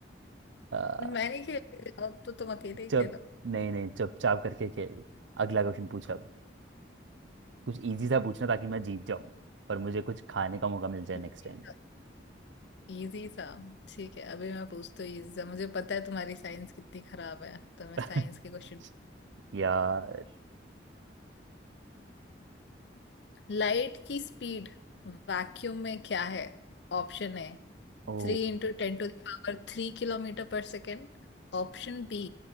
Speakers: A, on the right (about 85°); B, on the left (about 70°).
A: आ,
B: मैं नहीं खेलती अब तो तुम अकेले ही
A: चुप
B: खेलो
A: नहीं नहीं चुपचाप करके खेल अगला क्वेश्चन पूछ अब कुछ इजी सा पूछना ताकि मैं जीत जाऊं पर मुझे कुछ खाने का मौका मिल जाए
B: इजी
A: नेक्स्ट टाइम
B: सा easy सा। ठीक है अभी मैं पूछती हूँ इजी सा मुझे पता है तुम्हारी साइंस कितनी खराब है तो मैं
A: <laughs>
B: साइंस के क्वेश्चन
A: यार
B: लाइट की स्पीड वैक्यूम में क्या है ऑप्शन है
A: ओ
B: three into ten to the power three kilometre per second option B